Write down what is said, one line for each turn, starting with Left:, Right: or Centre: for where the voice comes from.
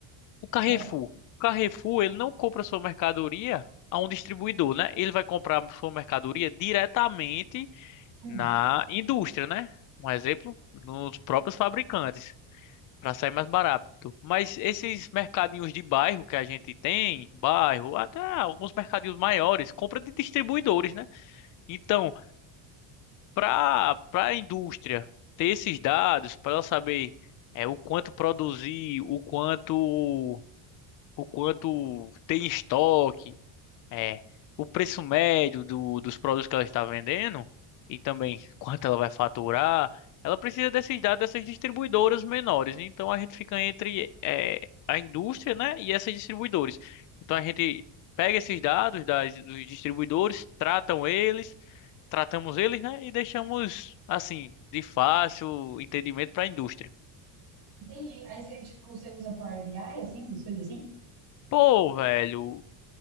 Left: O Carrefour.
Right: aham,
Left: O Carrefour, ele não compra sua mercadoria a um distribuidor, né? Ele vai comprar sua mercadoria diretamente
Right: hum.
Left: na indústria, né? Um exemplo, nos próprios fabricantes. para sair mais barato. Mas esses mercadinhos de bairro que a gente tem, bairro, até alguns mercadinhos maiores, compra de distribuidores, né? Então, para para a indústria ter esses dados, para ela saber é, o quanto produzir, o quanto o quanto tem em estoque, é, o preço médio do, dos produtos que ela está vendendo e também quanto ela vai faturar, ela precisa desses dados dessas distribuidoras menores. Então a gente fica entre é, a indústria, né, e essas distribuidoras. Então a gente pega esses dados das, dos distribuidores, tratam eles, tratamos eles, né, e deixamos assim de fácil entendimento para a indústria.
Right: Entendi. Aí você, tipo, você usa Power BI, assim, essas coisas assim?
Left: Pô, velho,